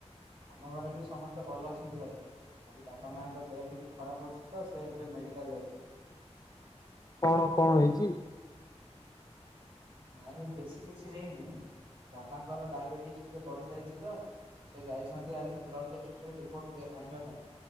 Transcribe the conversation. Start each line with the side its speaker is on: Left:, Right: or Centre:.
Right: ଆମ ଘରେ ବି ସମସ୍ତେ ଭଲ ଅଛନ୍ତି ଭାଇ। ଖାଲି ବାପା ମାଙ୍କ ଦେହ ଟିକେ ଖରାପ ଅଛି ତ ସେ ଏବେ ମେଡ଼ିକାଲ ଯାଇଛନ୍ତି।
Left: କଣ କଁ ହେଇଛି।
Right: ନାଇଁ ବେଶୀ କିଛି ହେଇନି ବାବାଙ୍କ ର ଡାଇବେଟିସ ଟିକେ ବଢି ଯାଇଛି ତ। ସେ ଯାଇଛନ୍ତି ଆଜି ବ୍ଲଡ ଟେଷ୍ଟରେ ରିପୋର୍ଟ ଆଣିବା ପାଇଁ।